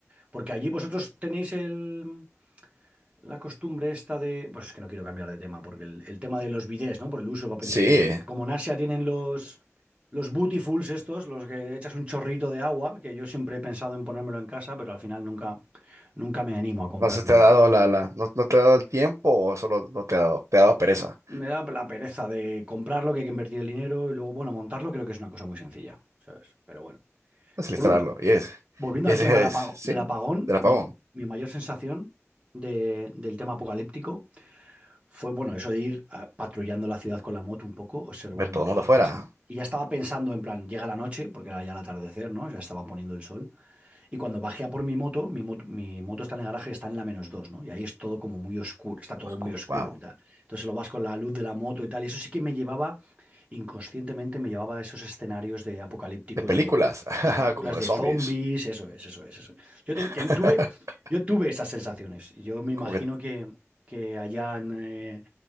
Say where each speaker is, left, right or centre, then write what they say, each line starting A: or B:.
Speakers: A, on the right; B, on the right.
A: porque allí vosotros tenéis el... La costumbre esta de. Pues es que no quiero cambiar de tema, porque el, el tema de los bidés, ¿no? Por el uso de papel
B: Sí,
A: higiénico. Porque como en Asia tienen los, los bootyfuls estos, los que echas un chorrito de agua, que yo siempre he pensado en ponérmelo en casa, pero al final nunca, nunca me animo a comprarme
B: no se te
A: uno.
B: ha dado la, la, no, no te ha dado el tiempo o solo no te ha dado, te ha dado pereza.
A: Me da la pereza de comprarlo, que hay que invertir el dinero y luego, bueno, montarlo creo que es una cosa muy sencilla, ¿sabes? Pero bueno.
B: Desinstalarlo.
A: Por ul-
B: Y es.
A: volviendo
B: Y
A: al
B: ese
A: tema del apa-
B: es, sí,
A: del apagón,
B: del
A: mi,
B: apagón.
A: mi mayor sensación de- del tema apocalíptico fue, bueno, eso de ir ah, patrullando la ciudad con la moto un poco, observando
B: Ver todo
A: qué
B: el mundo
A: es lo
B: afuera.
A: que pasaba. Y ya estaba pensando en plan, llega la noche, porque era ya el atardecer, ¿no? Ya estaba poniendo el sol. Y cuando bajé a por mi moto, mi moto, mi moto está en el garaje, está en la menos dos, ¿no? Y ahí es todo como muy oscuro, está todo
B: Oscuro.
A: muy oscuro
B: Wow.
A: y tal. Entonces lo vas con la luz de la moto y tal. Y eso sí que me llevaba, inconscientemente me llevaba a esos escenarios de apocalípticos
B: De películas,
A: de, de
B: <laughs>
A: películas
B: como de
A: de
B: zombies.
A: zombies, eso es, eso es, eso es. Yo ten-
B: <laughs>
A: ten- tuve, yo tuve esas sensaciones. Y Yo me imagino
B: Como que,
A: que, que allá en, eh,